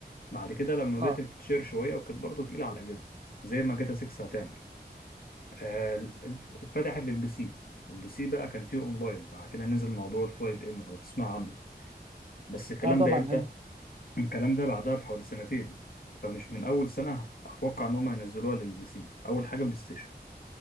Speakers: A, on the left; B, on the right.
A: بعد كده لما بدأت
B: اه
A: تتشير شوية وكانت برضه تقيلة على الأجهزة زي ما جاتا 6 هتعمل آه، ال- اتفتحت للبي سي البي سي بقى كان فيه اونلاين بعد كده نزل موضوع ال 5 ام لو تسمع عنه بس الكلام
B: اه طبعا
A: ده امتى؟
B: ايوه
A: <clears throat> الكلام ده بعدها بحوالي سنتين فمش من أول سنة أتوقع إن هم ينزلوها للبي سي أول حاجة بلاي ستيشن